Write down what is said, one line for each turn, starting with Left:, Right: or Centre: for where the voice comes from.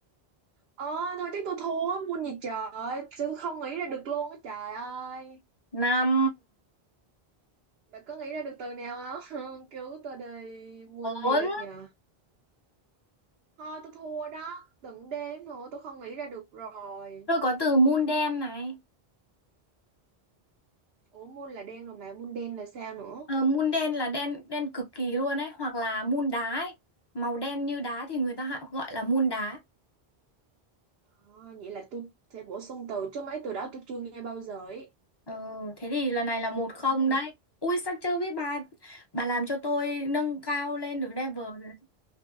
Right: ờ thôi chắc tôi thua môn gì trời tôi không nghĩ ra được luôn á trời ơi
Left: Năm,
Right: bạn có nghĩ ra được từ nào không <laughs> cứu tôi đi môn gì
Left: bốn.
Right: được nhờ thôi tôi thua đó từng đếm rồi tôi không nghĩ ra được rồi
Left: Tôi có từ moon đen này.
Right: Ủa môn là đen rồi mà môn đen là sao nữa?
Left: Ờ, moon đen là đen đen cực kỳ luôn ấy, hoặc là moon đá ấy. Màu đen như đá thì người ta hay gọi là moon đá.
Right: À, vậy là tôi sẽ bổ sung từ chứ mấy từ đó tôi chưa nghe bao giờ ấy.
Left: Ờ, thế thì lần này là một không
Right: Ừ.
Left: đấy. Ui sao chưa biết bà bà làm cho tôi nâng cao lên được level rồi. đấy.